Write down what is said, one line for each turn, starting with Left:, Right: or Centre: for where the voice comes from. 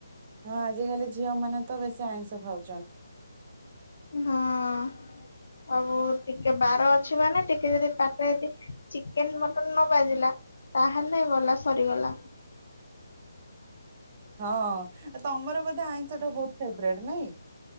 Right: ହଁ ଆଜିକାଲି ଝିଅମାନେ ତ ବେଶୀ ଆଇଁଷ ଖାଉ
Left: ହଁଅ-ଅ-ଅ ଅବୁତ୍ ଟିକେ ବାର ଅଛି ମାନେ ଟିକେ ଯଦି ପାଟିରେ ଯଦି ଚିକେନ୍ ମଟନ ନ ବାଜିଲା ତାହେଲେ ଗଲା ସରିଗଲା।
Right: ହଁ ତମର ବୋଧେ ଆଇଁଷ ଟା ବହୁତ ଫେବରାଇଟ ନାଇଁ